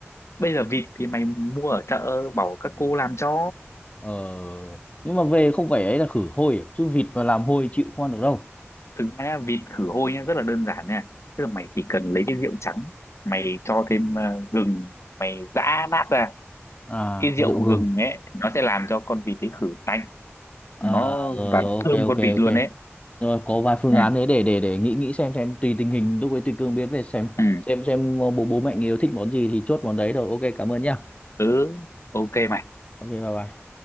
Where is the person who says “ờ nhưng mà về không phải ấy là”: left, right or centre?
Left